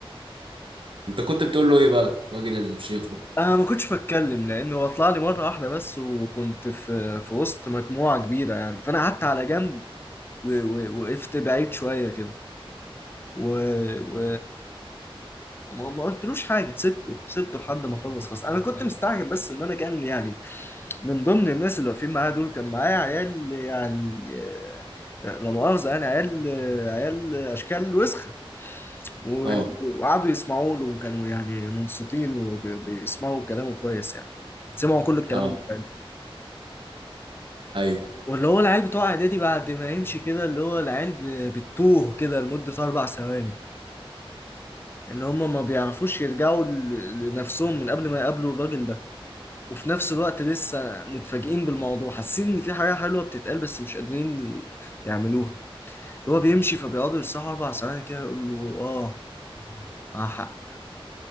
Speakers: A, on the right (about 60°); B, on the left (about 25°).
A: انت كنت بتقول له ايه بقى الراجل الشيخ ده
B: أنا ما كنتش بتكلم لأن هو طلع لي مرة واحدة بس وكنت في في وسط مجموعة كبيرة يعني فأنا قعدت على جنب و- و- وقفت بعيد شوية كده و... و... وما ما قلتلوش حاجة سبته سبته لحد ما خلص خلاص أنا كنت مستعجب بس إن أنا كان يعني من ضمن الناس اللي واقفين معايا دول كان معايا عيال يعني آه، لا مؤاخذة يعني عيال عيال أشكال وسخة و-
A: اه
B: وقعدوا يسمعوا له وكانوا يعني منصتين وبيسمعوا كلامه كويس يعني سمعوا كل الكلام
A: اه
B: اللي قاله
A: ايوه
B: واللي هو العيال بتوع اعدادي بعد ما يمشي كده اللي هو العيال ب- بتوه كده لمدة أربع ثواني اللي هم ما بيعرفوش يرجعوا ل- لنفسهم من قبل ما يقابلوا الراجل ده وفي نفس الوقت لسه متفاجئين بالموضوع حاسين إن في حاجة حلوة بتتقال بس مش قادرين ي- يعملوها اللي هو بيمشي فبيقعدوا يسرحوا أربع ثواني كده يقول له آه مع حق